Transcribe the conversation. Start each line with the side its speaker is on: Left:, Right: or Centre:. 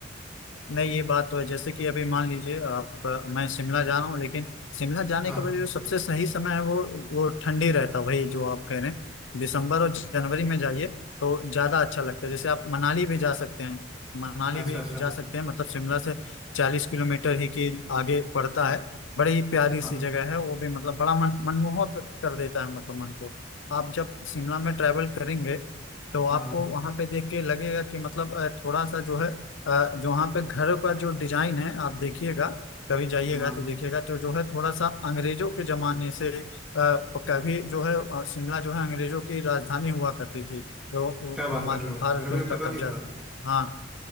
Left: नहीं ये बात तो है जैसे कि अभी मान लीजिए आप मैं शिमला जा रहा हूँ लेकिन शिमला जाने
Centre: हाँ
Left: के बाद जो सबसे सही समय है वो वो ठंडी रहता है वही जो आप कह रहे हैं दिसंबर और जनवरी में जाइए तो ज्यादा अच्छा लगता है जैसे आप मनाली भी जा सकते हैं मनाली
Centre: अच्छा
Left: भी
Centre: अच्छा
Left: जा सकते हैं मतलब शिमला से चालीस किलोमीटर ही की आगे पड़ता है बड़ी ही प्यारी
Centre: हाँ
Left: सी जगह है वो भी मतलब बड़ा मन मनमोहक कर देता है मतलब मन को आप जब शिमला में ट्रैवल करेंगे तो आपको
Centre: हाँ
Left: वहां पे देख के लगेगा कि मतलब अ, थोड़ा सा जो है अ, जहाँ पे घर का जो डिजाइन है आप देखिएगा कभी जाइएगा
Centre: हाँ
Left: तो देखिएगा तो जो है थोड़ा सा अंग्रेजों के जमाने से अ, कभी जो है अ, शिमला जो है अंग्रेजों की राजधानी हुआ करती थी जो
Centre: क्या बात
Left: हमारे
Centre: कर रहे हो
Left: भारत
Centre: मेरे को
Left: पे
Centre: ये
Left: उनका
Centre: पता
Left: कब्जा
Centre: नहीं था
Left: था। हाँ